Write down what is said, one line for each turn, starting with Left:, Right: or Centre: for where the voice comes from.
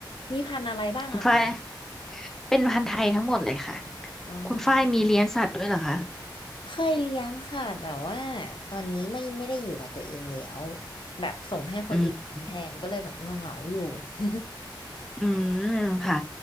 Left: มีพันธุ์อะไรบ้างอะคะ
Centre: คุณฝ้ายเป็นพันธุ์ไทยทั้งหมดเลยค่ะ
Left: อ๋อ
Centre: คุณฝ้ายมีเลี้ยงสัตว์ด้วยเหรอคะ
Left: เคยเลี้ยงค่ะ แต่ว่าตอนนี้ไม่ไม่ได้อยู่กับตัวเองแล้ว แบบส่งให้คนอื่นแทนก็เลยแบบเงาเงาอยู่
Centre: อื
Left: <laughs>
Centre: อืมค่ะ